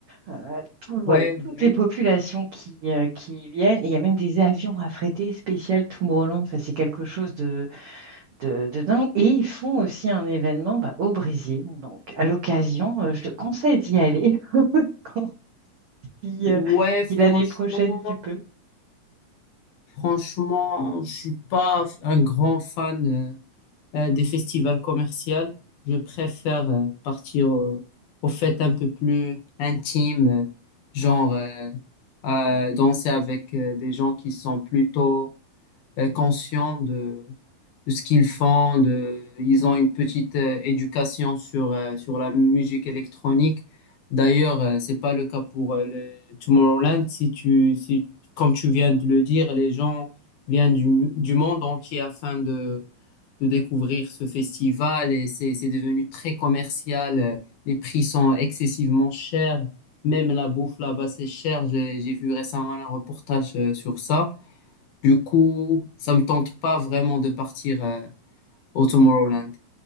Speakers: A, on the right; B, on the left.
A: euh, tout- ouais,
B: Ouais, ouais.
A: toutes les populations qui, euh, qui y viennent. Et il y a même des avions affrétés spécial Tomorrowland. Enfin, c'est quelque chose de, de dingue. Et ils font aussi un événement bah, au Brésil. Donc, à l'occasion, euh, je te conseille d'y aller <laughs> quand, si,
B: Ouais,
A: euh,
B: franchement.
A: si l'année prochaine tu peux.
B: Franchement, je suis pas un grand fan euh, euh, des festivals commerciaux. Je préfère euh, partir au- aux fêtes un peu plus intimes, euh, genre euh, euh, danser avec euh, des gens qui sont plutôt euh, conscients de de ce qu'ils font, de, ils ont une petite euh, éducation sur, euh, sur la musique électronique. D'ailleurs, euh, c'est pas le cas pour euh, le Tomorrowland. Si tu, si, comme tu viens de le dire, les gens viennent du, du monde entier afin de, de découvrir ce festival et c'est, c'est devenu très commercial. Euh, Les prix sont excessivement chers. Même la bouffe là-bas, c'est cher. J'ai, j'ai vu récemment un reportage euh, sur ça. Du coup, ça me tente pas vraiment de partir euh, au Tomorrowland.